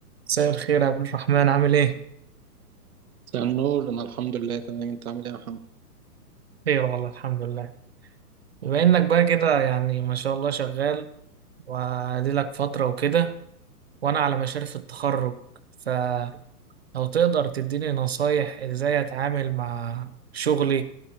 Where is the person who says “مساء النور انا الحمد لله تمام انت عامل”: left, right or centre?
Right